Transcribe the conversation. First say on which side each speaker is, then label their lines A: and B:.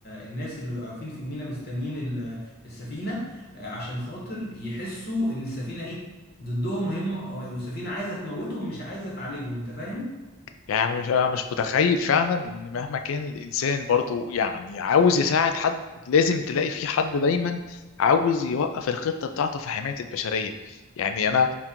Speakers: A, on the left (about 45°); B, on the left (about 70°).
A: الناس اللي واقفين في المينا مستنيين ال- السفينة آه، عشان خاطر يحسوا ان السفينة ايه ضدهم وهم والسفينة عايزة تموتهم مش عايزة تعالجهم انت فاهم؟
B: يعني مش أنا مش متخيل فعلا ان مهما كان الانسان برضو يعني عاوز يساعد حد لازم تلاقي في حد دايما عاوز يوقف الخطه بتاعته في حمايه البشريه يعني انا